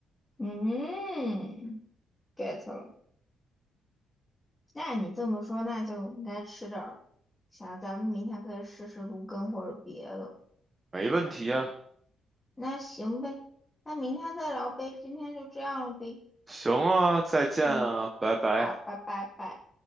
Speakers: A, on the left (about 20°); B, on the right (about 20°).
A: 嗯，get 了。那你这么说，那就应该吃点儿。想咱们明天可以试试芦根或者别的。
B: 没问题啊，
A: 那行呗，那明天再聊呗，今天就这样了呗。
B: 行啊，再见啊，
A: 嗯，
B: 拜拜。
A: 好，拜拜拜。